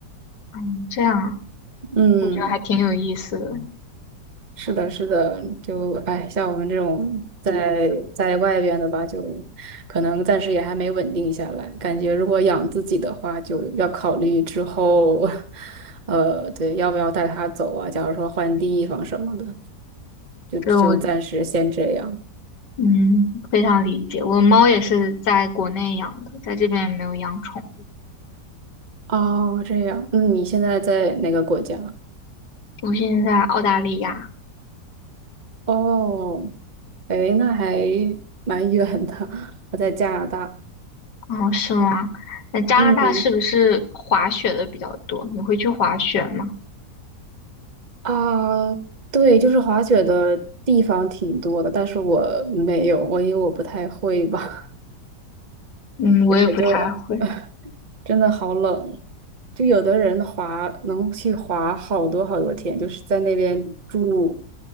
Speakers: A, on the left; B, on the right.
A: 嗯，这样啊，
B: 嗯，
A: 我觉得还挺有意思的。
B: 是的，是的，就哎，像我们这种在在外边的吧，就可能暂时也还没稳定下来，感觉如果养自己的话，就要考虑之后。<laughs> 呃，对，要不要带他走啊？假如说换地方什么的。就就暂时先这样。
A: 就，我嗯非常理解。我的猫也是在国内养的，在这边也没有养宠。
B: 哦，这样，那你现在在哪个国家？
A: 我现在在澳大利亚。
B: 哦，诶，那还蛮远的，<laughs> 我在加拿大。
A: 哦，是吗？那加拿大是不是滑雪的比较多？
B: 嗯
A: 你会去滑雪吗？
B: 啊，对，就是滑雪的地方挺多的，但是我没有，我因为我不太会吧，<laughs>
A: 嗯，我也不太会。
B: 而且就 <laughs> 真的好冷。就有的人滑能去滑好多好多天，就是在那边住，